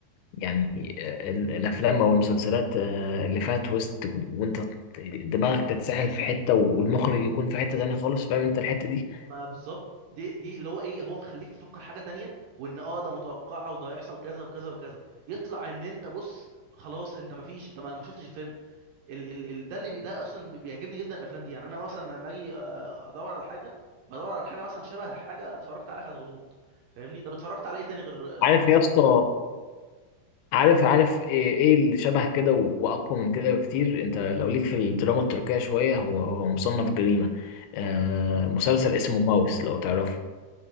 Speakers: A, on the left; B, on the right.
A: يعني آه، ال- الافلام او المسلسلات آه، اللي فيها تويست وانت دماغك تتسحل في حته والمخرج يكون في حته تانية خالص فاهم انت الحته دي
B: ما بالظبط دي دي اللي هو ايه هو مخليك تفكر حاجه تانية وان اه ده متوقعه وده هيحصل كذا وكذا وكذا يطلع ان انت بص خلاص انت ما فيش انت ما ما شفتش الفيلم ال ال ال ده اللي بي- ده اصلا بيعجبني جدا الافلام دي يعني انا مثلا لما اجي آه، ادور على حاجه بدور على حاجه مثلا شبه حاجه اتفرجت عليها كانت غموض فاهمني طب اتفرجت على ايه تاني غير آه،
A: عارف
B: في مثلا
A: يا اسطى عارف عارف ايه إيه اللي شبه كده واقوى من كده بكتير انت لو ليك في الدراما التركية شويه هو هو مصنف جريمه آه
B: اه
A: مسلسل اسمه ماوس لو تعرفه